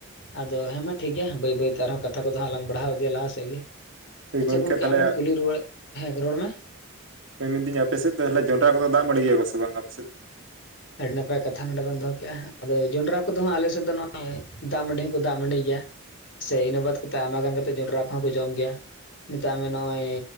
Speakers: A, on the left (about 60°); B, on the right (about 60°).
A: ᱟᱫᱚ ᱦᱮᱸ ᱢᱟ ᱴᱷᱤᱠ ᱜᱮᱭᱟ, ᱵᱟᱹᱭ ᱵᱟᱹᱭ ᱛᱮ ᱟᱨᱦᱚᱸ ᱠᱟᱛᱷᱟ ᱠᱚᱫᱚ ᱦᱟᱸᱜ ᱞᱟᱝ ᱵᱟᱲᱦᱟᱣ ᱤᱫᱤᱭᱟ, ᱞᱟᱦᱟ ᱥᱮᱜ ᱜᱮ
B: ᱦᱳᱭ
A: ᱟᱪᱪᱷᱟ ᱜᱚᱝᱠᱮ
B: ᱛᱟᱦᱚᱞᱮ
A: ᱟᱢᱤᱧ ᱠᱩᱞᱤ ᱨᱩᱣᱟᱹᱲ ᱦᱮᱸ ᱨᱚᱲ ᱢᱮ
B: ᱦᱳᱭ ᱢᱮᱱᱫᱤᱧ ᱟᱯᱮ ᱥᱮᱫ ᱛᱟᱦᱚᱞᱮ ᱡᱚᱱᱰᱨᱟ ᱠᱚᱫᱚ ᱫᱟᱜ ᱢᱟᱸᱰᱤ ᱜᱮᱭᱟ ᱠᱚ ᱥᱮ ᱵᱟᱝ ᱟᱯᱮᱥᱮᱫ
A: ᱟᱹᱰᱤ ᱱᱟᱯᱟᱭ ᱠᱟᱛᱷᱟ ᱱᱚᱰᱮ ᱵᱚᱱ ᱫᱚᱦᱚ ᱠᱮᱜᱼᱟ᱾ ᱟᱫᱚ ᱡᱚᱸᱰᱨᱟ ᱠᱚᱫᱚ ᱦᱟᱸᱜ ᱟᱞᱮ ᱥᱮᱫ ᱫᱚ ᱱᱚᱜᱼᱚᱭ ᱫᱟᱜ ᱢᱟᱹᱰᱤ ᱦᱚᱸᱠᱚ ᱫᱟᱜ ᱢᱟᱹᱰᱤ ᱜᱮᱭᱟ᱾ ᱥᱮ ᱤᱱᱟᱹ ᱵᱟᱫ ᱠᱟᱛᱮᱜ ᱟᱭᱢᱟ ᱜᱟᱱ ᱠᱟᱛᱮ ᱡᱚᱱᱰᱨᱟᱹ ᱠᱚᱦᱚᱸ ᱠᱚ ᱡᱚᱢ ᱜᱮᱭᱟ, ᱢᱮᱛᱟᱜ ᱢᱮ ᱱᱚᱜᱼᱚᱭ